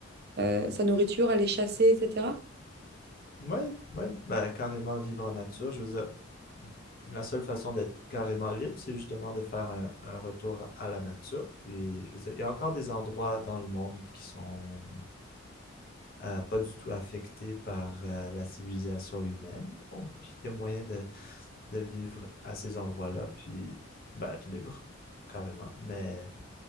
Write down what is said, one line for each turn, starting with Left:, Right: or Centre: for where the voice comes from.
Right: euh, sa nourriture, aller chasser, etc.
Left: Oui, oui, ben, carrément vivre en nature. Je veux dire, la seule façon d'être carrément libre, c'est justement de faire un, un retour à la nature. Puis, je veux dire, il y a encore des endroits dans le monde qui sont euh, pas du tout affectés par euh, la civilisation humaine. Donc, il y a moyen de, de vivre à ces endroits-là, puis ben, être libre, carrément. Mais